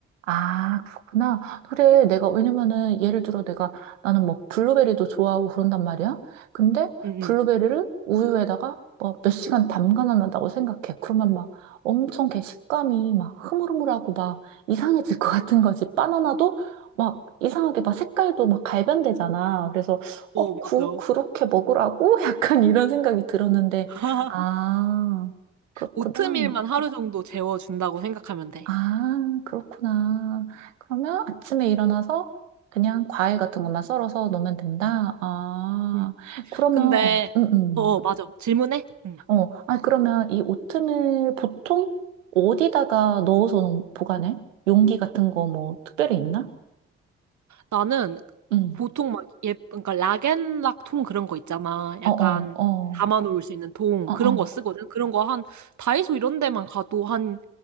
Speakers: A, on the right (about 80°); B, on the right (about 50°).
A: 아, 그렇구나. 그래, 내가, 왜냐면은, 예를 들어 내가, 나는 뭐, 블루베리도 좋아하고 그런단 말이야. 근데,
B: 응,
A: 블루베리를
B: 응.
A: 우유에다가, 뭐, 몇 시간 담가놨다고 생각해. 그러면 막, 엄청 걔 식감이 막, 흐물흐물하고 막, 이상해질 것 같은 거지. 바나나도 막, 이상하게 막, 색깔도 막, 갈변되잖아. 그래서, 어,
B: 어,
A: 그,
B: 맞아.
A: 그렇게 먹으라고? <laughs> 약간 이런 생각이 들었는데,
B: <laughs>
A: 아, 그렇구나.
B: 오트밀만 하루 정도 재워준다고 생각하면 돼.
A: 아, 그렇구나. 그러면 아침에 일어나서 그냥 과일 같은 것만 썰어서 놓으면 된다? 아,
B: 응.
A: 그러면,
B: 근데,
A: 음, 음.
B: 어, 어, 맞아. 질문해? 응.
A: 어, 아, 그러면 이 오트밀 보통 어디다가 넣어서 놓- 보관해? 용기 같은 거 뭐 특별히 있나?
B: 나는
A: 음.
B: 보통 막 예, 그러니까 락앤락 통 그런 거 있잖아. 약간
A: 어, 어, 어,
B: 담아놓을 수 있는 통
A: 어, 어,
B: 그런 거 쓰거든. 그런 거 한 다이소 이런 데만 가도 한